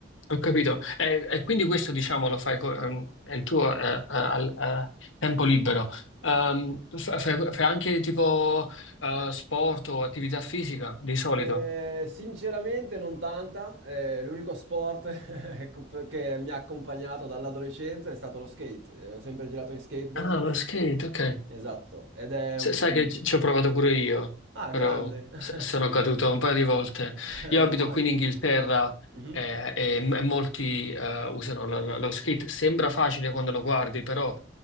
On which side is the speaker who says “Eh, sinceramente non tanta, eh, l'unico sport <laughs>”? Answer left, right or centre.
Right